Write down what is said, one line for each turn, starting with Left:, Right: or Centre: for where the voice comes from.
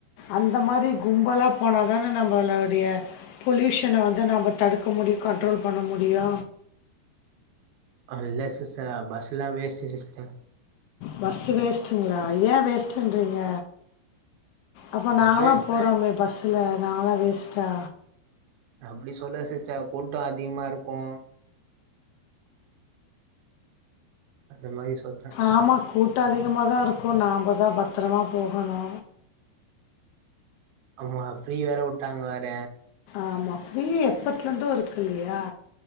Left: அந்த மாரி கும்பலா போனாதான நம்பளோடிய பொல்யூஷன வந்து நம்ப தடுக்க முடியு கண்ட்ரோல் பண்ண முடியு
Right: அ இல்ல சிஸ்டர் அ பஸ்ஸெல்லா வேஸ்ட்டு சிஸ்டர்
Left: பஸ்ஸு வேஸ்ட்டுங்ளா ஏ வேஸ்ட்டுன்றீங்க அப்போ நாங்களாம்
Right: எப்டியு
Left: போறோமே பஸ்ஸுல நாங்களா வேஸ்ட்டா?
Right: அப்டி சொல்ல சிஸ்டர் கூட்டோ அதிகமா இருக்கு அந்த மாரி சொல்ற
Left: ஆமா கூட்டோ அதிகமாகதா இருக்கு நாம்ழதா பத்தரமா போகணு
Right: ஆமா ஃப்ரீ வேற வுட்டாங்க வேற
Left: ஆமா ஃப்ரீ எப்பத்துலெந்து இருக்கில்லயா